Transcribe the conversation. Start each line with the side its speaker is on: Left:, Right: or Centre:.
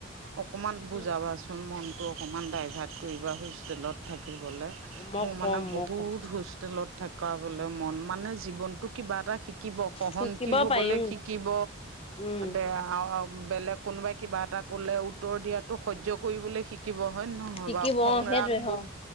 Right: অকমান বুজাবাচোন
Left: উম
Right: মনতটো অকমান ডাইভাৰ্ট, কৰিবা হোষ্টেলত থাকিবলে।
Left: মই
Right: মোৰ মানে
Left: কম
Right: বহুত
Left: মই কম
Right: হোষ্টেলত থকা বোলে মন মানে জীৱনটো কিবা এটা। শিকিব সহনশীল
Left: শিকিব
Right: হ'বলে
Left: পাৰিম
Right: শিকিব
Left: উম
Right: দেহাও বেলেগ। কোনোবাই কিবা এটা ক'লে উত্তৰ দিয়াটো সহ্য কৰিবলৈ শিক থাকিব হয় নহয়
Left: শিকিব
Right: বাৰু খংৰাগ
Left: অ সেইটোৱে হয়
Right: বুক